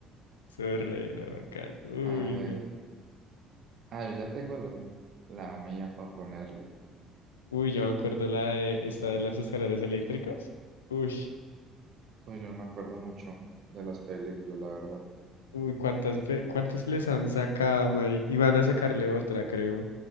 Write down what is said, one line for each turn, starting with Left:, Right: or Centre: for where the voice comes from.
Left: Son re locas. Uy,
Right: A ver.
Left: no.
Right: Ah, yo ya tengo el- la mía para ponerle.
Left: Uy, yo me acuerdo la de esta de las escaleras eléctricas. Uy,
Right: Pues yo no me acuerdo mucho de las películas, la verdad.
Left: uy, cuántas, ve- cuántas les han sacado, mari- Y van a sacarle otra, creo.